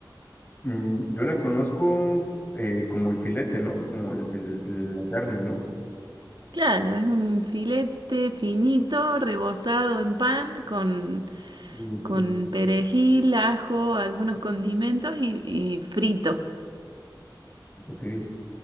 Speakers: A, on the left (about 25°); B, on the right (about 65°).
A: Mm, Yo la conozco eh, como el filete, ¿no? Como el, el- el- la carne, ¿no?
B: Claro, es un filete finito, rebozado en pan, con,
A: Ok,
B: con perejil, ajo, algunos condimentos y, y frito.
A: sí.